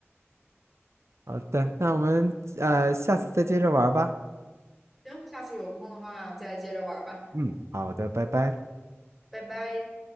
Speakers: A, on the right; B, in the centre.
A: 好的，那我们呃下次再接着玩儿吧。
B: 行，下次有空的话再接着玩儿吧，
A: 嗯，好的，拜拜。
B: 拜拜。